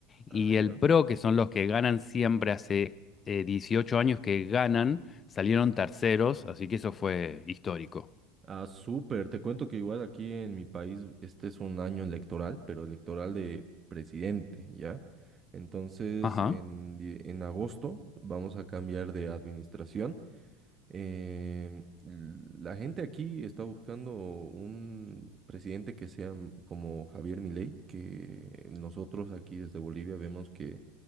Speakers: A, on the right (about 30°); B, on the left (about 30°).
A: Ah,
B: Y
A: ya.
B: el PRO, que son los que ganan siempre hace eh, 18 años que ganan, salieron terceros, así que eso fue histórico.
A: Ah, súper. Te cuento que igual aquí en mi país este es un año electoral, pero electoral de presidente, ¿ya? Entonces,
B: Ajá.
A: en, die- en agosto vamos a cambiar de administración. Eh, la gente aquí está buscando un presidente que sea m- como Javier Milei, que nosotros aquí desde Bolivia vemos que